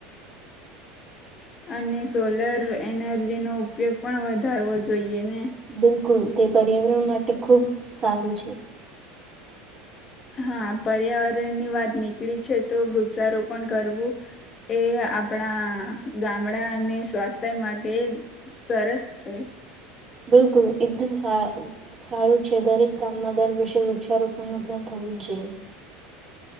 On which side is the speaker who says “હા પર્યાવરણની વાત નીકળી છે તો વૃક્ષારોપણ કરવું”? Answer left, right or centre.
Left